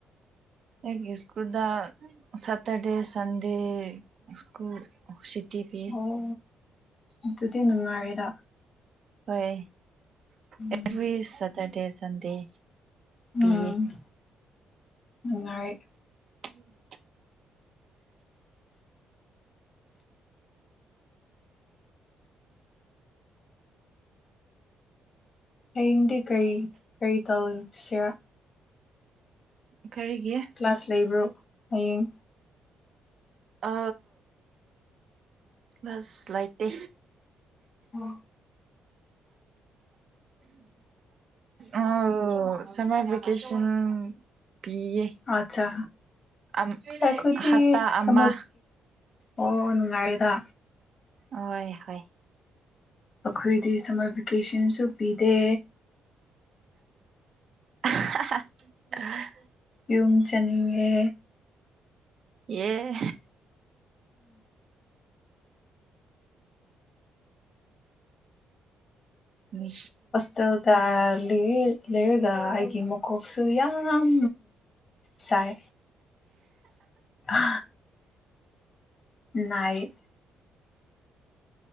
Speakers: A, on the right; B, on the left.
A: ꯂꯩ ꯁꯀꯨꯜꯗ ꯁꯇꯔꯗꯦ ꯁꯟꯗꯦ ꯁꯀꯨꯜ ꯁꯇ ꯄꯤ
B: ꯑꯣ ꯑꯗꯨꯗꯤ ꯅꯨꯡꯉꯥꯏꯔꯦꯗ
A: ꯍꯣꯏ
B: ꯎꯝ
A: ꯑꯦꯚ꯭ꯔꯤ ꯁꯇꯔꯗꯦ ꯁꯟꯗꯦ
B: ꯎꯝ
A: ꯄꯤꯌꯦ
B: ꯅꯨꯡꯉꯥꯏ
A: ꯎꯝ
B: ꯍꯌꯦꯡꯗꯤ ꯀꯔꯤ ꯀꯔꯤ ꯇꯧꯁꯦ
A: ꯀꯔꯤꯒꯤ
B: ꯀ꯭ꯂꯥꯁ ꯂꯩꯕ꯭ꯔꯣ ꯍꯌꯦꯡ
A: ꯑ ꯂꯁ ꯂꯥꯏꯇ
B: ꯎꯝ
A: ꯑ ꯁꯃꯔ ꯚꯦꯀꯦꯁꯟ ꯄꯤꯌꯦ
B: ꯑꯆꯥ
A: ꯑꯝ
B: ꯄꯈꯗꯤ
A: ꯍꯞꯇꯥ ꯑꯃ
B: ꯁ ꯑꯣ ꯅꯨꯡꯉꯥꯏꯔꯤꯗ
A: ꯍꯣꯏ ꯍꯣꯏ
B: ꯑꯩꯈꯣꯏꯗꯤ ꯁꯝꯃꯔ ꯚꯦꯀꯦꯁꯟꯁꯨ ꯄꯤꯗꯦ
A: ꯎ <unintelligible>
B: ꯌꯨꯝ ꯆꯅꯤꯡꯉꯦ
A: ꯌꯦ ꯎꯝ
B: ꯁ ꯇꯜꯂꯤ ꯂꯩꯔꯒ ꯑꯩꯒꯤ ꯃꯀꯣꯛꯁꯨ ꯌꯥꯝ ꯌꯥꯝ ꯆꯥꯏ ꯑ ꯅꯥꯏ